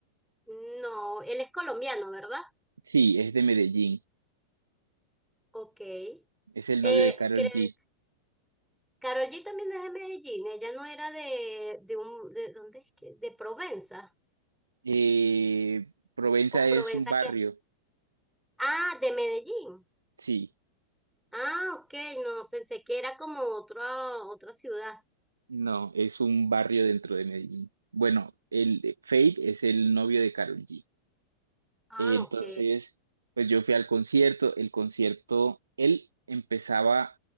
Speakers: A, in the centre; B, on the right (about 70°).
A: No, él es colombiano, ¿verdad?
B: Sí, es de Medellín,
A: Ok.
B: es el
A: Eh,
B: novio de Karol
A: creo
B: G.
A: Karol G también es de Medellín, ella no era de, de un, de, ¿dónde es que? De Provenza,
B: Eh, Provenza
A: o
B: es
A: Provenza
B: un barrio,
A: qué, ah, de Medellín,
B: sí.
A: ah, ok, no, pensé que era como otra, otra ciudad,
B: No, es un barrio dentro de Medellín. Bueno, el Fate es el novio de Karol G.
A: ah,
B: Eh, Entonces,
A: ok,
B: pues yo fui al concierto. El concierto, él empezaba